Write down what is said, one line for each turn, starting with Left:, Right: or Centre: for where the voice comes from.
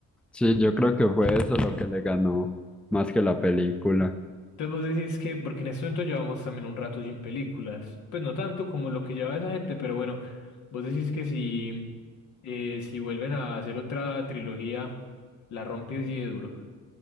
Centre: Sí, yo creo que fue eso lo que le ganó más que la película.
Left: Entonces vos decís que, porque en este momento llevamos también un rato sin películas, pues no tanto como lo que lleva esa gente, pero bueno, vos decís que si, eh, si vuelven a hacer otra trilogía, la rompe así de duro.